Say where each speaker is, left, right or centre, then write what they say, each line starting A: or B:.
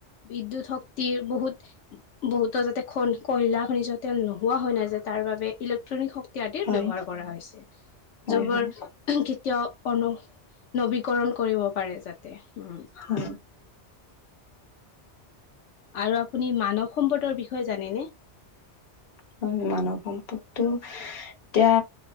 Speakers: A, on the left; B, on the left.
A: বিদ্যুত শক্তিৰ বহুত বহুতো যাতে কয়লা খনিজ তেল নোহোৱা হয় নাযায়। তাৰ বাবে ইলেক্ট্ৰনিক শক্তি আদিৰ
B: হয়
A: ব্যৱহাৰ কৰা হৈছে।
B: হয়
A: যবৰ
B: হয়
A: কেতিয়াও নৱীকৰণ কৰিব পাৰে যাতে উম।
B: হয়
A: আৰু আপুনি মানৱ সম্পদৰ বিষয়ে জানেনে।
B: হয় মানৱ সম্পদটো এতিয়া